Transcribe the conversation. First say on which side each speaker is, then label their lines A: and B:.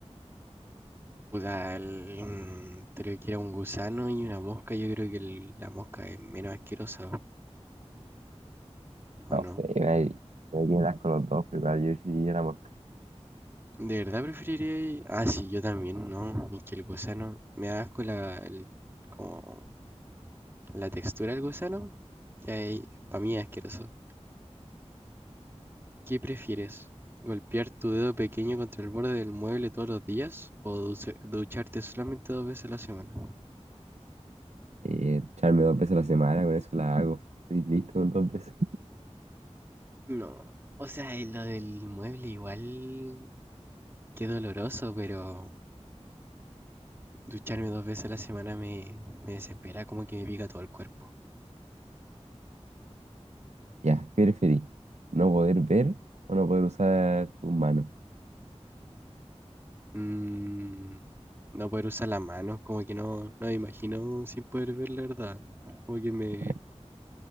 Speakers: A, on the right (about 20°); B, on the right (about 75°).
A: Puta, el- mm, creo que era un gusano y una mosca. Yo creo que el- la mosca es menos asquerosa, ¿o
B: No
A: no?
B: sé, me, me tienen asco los dos, pero igual yo preferiría la mosca.
A: ¿De verdad preferiría? ir- Ah, sí, yo también, ¿no? Es que el gusano me da asco la, el, como La textura del gusano, que para mí es asqueroso. ¿Qué prefieres? ¿Golpear tu dedo pequeño contra el borde del mueble todos los días o duce- ducharte solamente dos veces a la semana?
B: Eh, echarme dos veces a la semana, con eso la hago. Estoy listo con dos veces.
A: No, o sea, eh, lo del mueble igual, qué doloroso, pero ducharme dos veces a la semana me, me desespera, como que me pica todo el cuerpo.
B: Ya, ¿qué preferís? ¿No poder ver o no poder usar tus manos?
A: Mm, no poder usar las manos, como que no, no me imagino sin poder ver la verdad, como que me,
B: No,